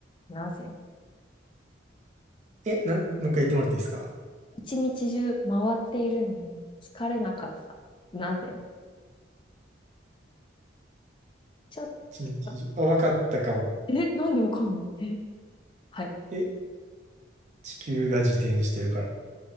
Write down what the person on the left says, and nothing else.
た。なぜ
一日中回っているのに疲れなかった。なぜちょっと、
え、なんでわかんのえ、はい。